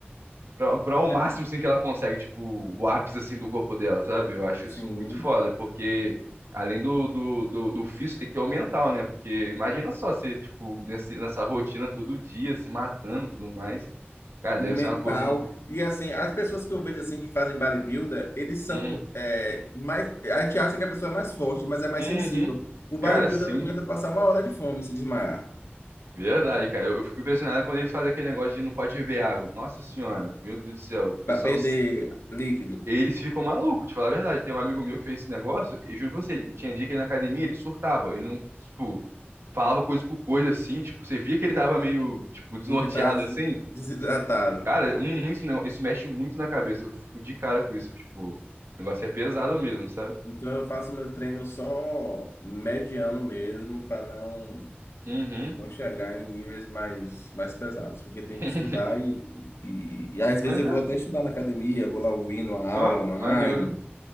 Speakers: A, on the right; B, on the left.
A: pra, pra o máximo
B: É,
A: assim, que ela consegue, tipo, o ápice assim do corpo dela, sabe? Eu acho isso
B: Sim.
A: muito foda, porque além do, do, do, do físico, tem que ter o mental, né? Porque imagina só você, tipo, nesse, nessa rotina todo dia, se matando e tudo mais. Cara,
B: o
A: deve
B: mental.
A: ser uma coisa. Um...
B: E assim, as pessoas que eu vejo assim que fazem bodybuilder, eles são
A: Uhum.
B: é, mais. A gente acha que a pessoa é mais forte, mas é mais
A: Uhum.
B: sensível. O bodybuilder
A: Cara, sim.
B: não aguenta passar uma hora de fome e se desmaiar,
A: Verdade, cara. Eu, eu fico impressionado quando eles fazem aquele negócio de não pode beber água. Nossa senhora, meu Deus do céu. O pessoal
B: para perder líquido,
A: eles ficam malucos, te falar a verdade. Tem um amigo meu que fez esse negócio, e juro pra você, ele- tinha dia que ele na academia, ele surtava, ele não, tipo, falava coisa com coisa assim, tipo, você via que ele tava meio, tipo, desnorteado
B: porque tá des-
A: assim.
B: desidratado.
A: Cara, hum, isso, não- isso mexe muito na cabeça, eu fico de cara com isso, tipo, o negócio é pesado mesmo, sabe?
B: Então eu faço meu treino só mediano mesmo, para não.
A: Uhum.
B: Não chegar em níveis mais, mais pesados, porque tem
A: <laughs>
B: que estudar e, e, e, e às
A: Mas
B: vezes eu
A: é,
B: vou até estudar na academia, vou lá ouvindo a
A: ó,
B: aula online,
A: maneiro.